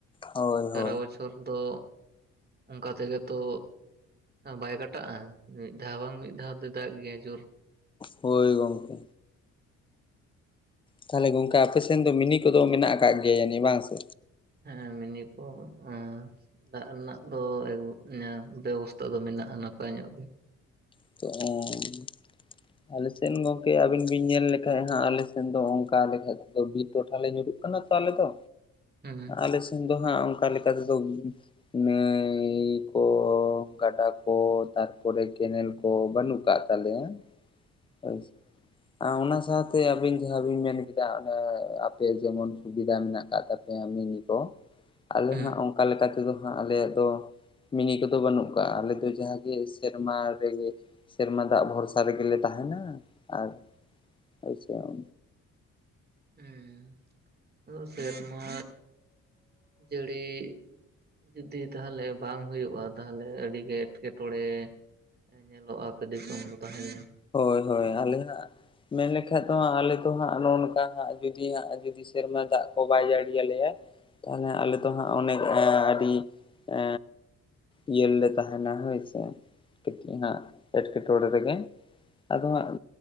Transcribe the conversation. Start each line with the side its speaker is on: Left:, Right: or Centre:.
Left: ᱦᱳᱭ
Right: ᱥᱟᱨᱟ
Left: ᱦᱳᱭ
Right: ᱵᱚᱪᱷᱚ ᱦᱚᱨ ᱫᱚ ᱚᱱᱠᱟ ᱛᱮᱜᱮ ᱛᱚ ᱵᱟᱭ ᱠᱟᱴᱟᱜᱼᱟ ᱢᱤᱫ ᱫᱷᱟᱣ ᱵᱟᱝ ᱢᱤᱫ ᱫᱷᱟᱣ ᱫᱚᱭ ᱫᱟᱜ ᱜᱮᱭᱟ ᱡᱳᱨ᱾
Left: ᱦᱳᱭ ᱜᱚᱝᱠᱮ᱾ ᱛᱟᱦᱚᱞᱮ ᱜᱚᱝᱠᱮ ᱟᱯᱮ ᱥᱮᱱ ᱫᱚ ᱢᱤᱱᱤ ᱠᱚᱫᱚ ᱢᱮᱱᱟᱜ ᱟᱠᱟᱜ ᱜᱮᱭᱟ, ᱡᱟᱱᱤᱡ ᱵᱟᱝ ᱥᱮ?
Right: ᱦᱮᱸ ᱢᱮᱱᱤ ᱠᱚ, ᱚᱸ ᱫᱟᱜ ᱨᱮᱱᱟᱜ ᱫᱚ, ᱮᱜᱚ ᱵᱮᱵᱚᱥᱛᱟ ᱫᱚ ᱢᱮᱱᱟᱜᱼᱟ ᱱᱟᱯᱟᱭ ᱧᱚᱜ ᱜᱮ᱾
Left: <unintelligible> ᱟᱞᱮᱥᱮᱱ ᱜᱚᱝᱠᱮ ᱟᱵᱤᱱ ᱵᱤᱱ ᱧᱮᱞ ᱞᱮᱠᱷᱟᱱᱡ ᱦᱟᱸᱜ ᱟᱞᱮᱥᱮᱱ ᱫᱚ ᱚᱝᱠᱟ ᱞᱮᱠᱷᱟ ᱛᱮᱫᱚ ᱵᱤᱨ ᱴᱚᱴᱷᱟ ᱞᱮ ᱧᱩᱨᱩᱜ ᱠᱟᱱᱟ ᱛᱚ ᱟᱞᱮ ᱫᱚ
Right: ᱦᱩᱸ
Left: ᱟᱞᱮ ᱥᱮᱱ ᱫᱚ ᱦᱟᱸᱜ ᱚᱝᱠᱟ ᱞᱮᱠᱟ ᱛᱮᱫᱚ ᱱᱟᱹᱭ ᱠᱚ ᱜᱟᱰᱟ ᱠᱚ ᱛᱟᱨᱯᱚᱨᱮ ᱠᱮᱱᱮᱞ ᱠᱚ᱾ ᱚ ᱵᱟᱹᱱᱩᱜ ᱠᱟᱫ ᱛᱟᱞᱮᱭᱟ᱾ᱦᱳᱭ ᱚᱱᱟ ᱥᱟᱶᱛᱮ ᱟᱹᱵᱤᱱ ᱡᱟᱦᱟᱸ ᱵᱤᱱ ᱢᱮᱱ ᱠᱮᱫᱟ᱾ ᱚᱱᱮ ᱟᱯᱮ ᱡᱮᱢᱚᱱ ᱥᱩᱵᱤᱫᱟ ᱢᱮᱱᱟᱜ ᱠᱟᱫ ᱛᱟᱯᱮᱭᱟ ᱢᱤᱱᱤ᱾ ᱛᱚ, ᱟᱞᱮ
Right: ᱦᱩᱸ
Left: ᱦᱟᱸᱜ ᱚᱱᱠᱟ ᱞᱮᱠᱟ ᱛᱮᱫᱚ ᱦᱟᱸᱜ ᱟᱞᱮᱭᱟᱜ ᱫᱚ ᱢᱤᱱᱤ ᱠᱚᱫᱚ ᱵᱟᱹᱱᱩᱜ ᱠᱟᱜᱼᱟ, ᱟᱞᱮ ᱫᱚ ᱡᱟᱦᱟᱸ ᱜᱮ ᱥᱮᱨᱢᱟ ᱨᱮᱜᱮ᱾ ᱥᱮᱨᱢᱟ ᱫᱟᱜ ᱵᱷᱚᱨᱥᱟ ᱨᱮᱜᱮᱞᱮ ᱛᱟᱸᱦᱮᱱᱟ ᱟᱨ ᱦᱳᱭᱪᱮᱱ
Right: ᱦᱩᱸ ᱟᱫᱚ ᱥᱮᱨᱢᱟ ᱡᱟᱹᱲᱤ ᱡᱩᱫᱤ ᱛᱟᱦᱚᱞᱮ ᱵᱟᱝ ᱦᱩᱭᱩᱜᱼᱟ, ᱛᱟᱦᱚᱞᱮ ᱟᱹᱰᱤᱜᱮ ᱮᱴᱠᱮᱴᱚᱬᱮ᱾ ᱦᱮᱸ ᱧᱮᱞᱚᱜᱼᱟ᱾ ᱟᱯᱮ ᱫᱤᱥᱚᱢ ᱫᱚ ᱛᱟᱦᱚᱞᱮ
Left: ᱦᱳᱭ ᱦᱳᱭ ᱟᱞᱮᱭᱟᱜ ᱢᱮᱱ ᱞᱮᱠᱷᱟᱜ ᱫᱚ ᱦᱟᱸᱜ ᱟᱞᱮ ᱫᱚ ᱦᱟᱸᱜ ᱱᱚᱜ ᱱᱚᱝᱠᱟ ᱦᱟᱸᱜ ᱡᱩᱫᱤ ᱦᱟᱸᱜ ᱡᱩᱫᱤ ᱥᱮᱨᱢᱟ ᱫᱟᱜ ᱠᱚ ᱵᱟᱭ ᱡᱟᱹᱲᱤᱭᱟᱞᱮᱭᱟ ᱛᱟᱦᱞᱮ ᱟᱞᱮ ᱫᱚ ᱦᱟᱸᱜ ᱚᱱᱮ ᱟᱰᱤ ᱮ ᱤᱭᱟᱹ ᱞᱮ ᱛᱟᱦᱮᱸᱱᱟ ᱦᱳᱭ ᱥᱮ ᱠᱟᱹᱴᱤᱡ ᱦᱟᱸᱜ ᱮᱴᱠᱮᱴᱚᱬᱮ ᱨᱮᱜᱮ ᱟᱫᱚ ᱦᱟᱸᱜ